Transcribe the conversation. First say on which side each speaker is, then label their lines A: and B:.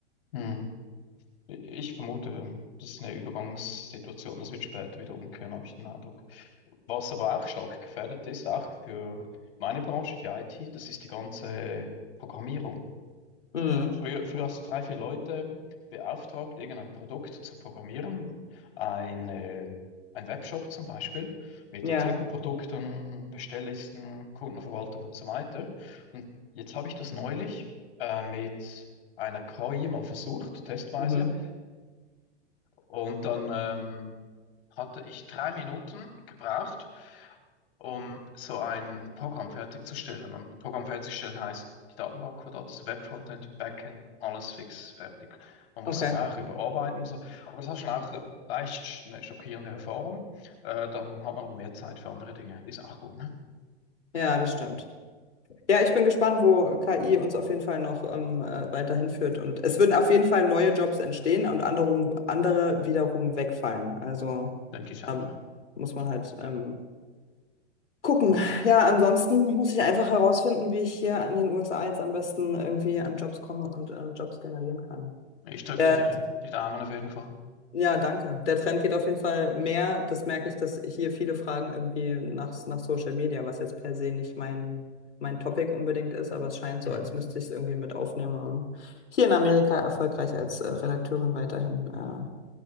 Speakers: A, on the left; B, on the left.
A: Hm. Ich vermute, das ist eine Übergangssituation, das wird später wieder umkehren, habe ich den Eindruck. Was aber auch stark gefährdet ist, auch für meine Branche, die IT, das ist die ganze Programmierung.
B: Mhm.
A: Früher, früher hast du drei, vier Leute beauftragt, irgendein Produkt zu programmieren, eine, ein Webshop zum Beispiel, mit
B: Ja.
A: Artikelprodukten, Bestelllisten, Kundenverwaltung und so weiter. Und jetzt habe ich das neulich äh, mit einer KI mal versucht, testweise.
B: Mhm.
A: Und dann ähm, hatte ich drei Minuten gebraucht, um so ein Programm fertigzustellen. Und Programm fertigstellen heißt, die Datenbank war da, das Webfrontend, Backend, alles fix, fertig. Man muss
B: Okay.
A: dann auch überarbeiten. und So. Aber das war schon auch leicht sch- eine schockierende Erfahrung. Äh, dann hat man aber mehr Zeit für andere Dinge. Ist auch gut, ne?
B: Ja, das stimmt. Ja, ich bin gespannt, wo KI uns auf jeden Fall noch ähm, äh, weiterhin führt. Und es würden auf jeden Fall neue Jobs entstehen und andere, andere wiederum wegfallen. Also
A: Denke ich auch.
B: da
A: Ja.
B: muss man halt ähm, gucken.
A: Abs-
B: Ja, ansonsten muss ich einfach herausfinden, wie ich hier an den USA jetzt am besten irgendwie an Jobs komme und äh, Jobs generieren kann.
A: Ich drücke
B: Der,
A: dir die die Daumen auf jeden Fall.
B: ja, danke. Der Trend geht auf jeden Fall mehr. Das merke ich, dass hier viele fragen irgendwie nach, nach Social Media, was jetzt per se nicht mein, mein Topic unbedingt ist, aber es scheint so,
A: Mhm.
B: als müsste ich es irgendwie mit aufnehmen, um hier in Amerika erfolgreich als äh, Redakteurin weiterhin äh,